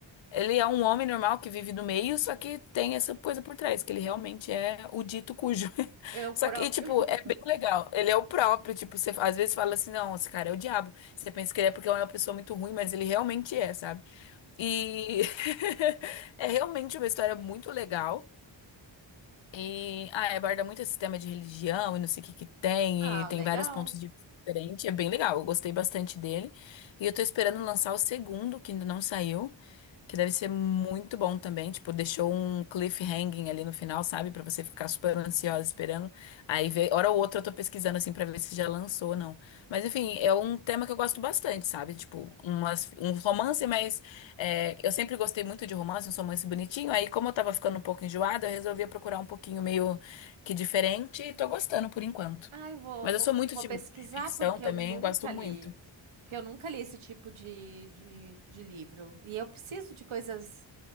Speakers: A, on the left; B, on the right.
A: ele é um homem normal que vive no meio, só que tem essa coisa por trás, que ele realmente é o dito cujo. <laughs>
B: É
A: Só
B: próprio.
A: que, e, tipo,
B: <laughs>
A: é bem legal. Ele é o próprio, tipo, você às vezes fala assim, não, esse cara é o diabo. Você pensa que ele é porque ele é uma pessoa muito ruim, mas ele realmente é, sabe? E <laughs> é realmente uma história muito legal. E ah, aborda muito esse tema de religião e não sei o que que tem,
B: Ah,
A: e tem
B: legal.
A: vários pontos de vista diferentes. É bem legal, eu gostei bastante dele. E eu tô esperando lançar o segundo, que ainda não saiu. Que deve ser muito bom também. Tipo, deixou um cliffhanging ali no final, sabe? Pra você ficar super ansiosa esperando. Aí, vê, hora ou outra, eu tô pesquisando assim pra ver se já lançou ou não. Mas, enfim, é um tema que eu gosto bastante, sabe? Tipo, umas, um romance, mas é, eu sempre gostei muito de romance, um romance bonitinho. Aí, como eu tava ficando um pouco enjoada, eu resolvia procurar um pouquinho meio que diferente e tô gostando por enquanto.
B: Ai, vou,
A: Mas
B: vou,
A: eu sou muito
B: vou
A: de
B: pesquisar
A: ficção
B: porque
A: também,
B: eu nunca
A: gosto
B: li.
A: muito.
B: Porque eu nunca li esse tipo de, de, de livro. E eu preciso de coisas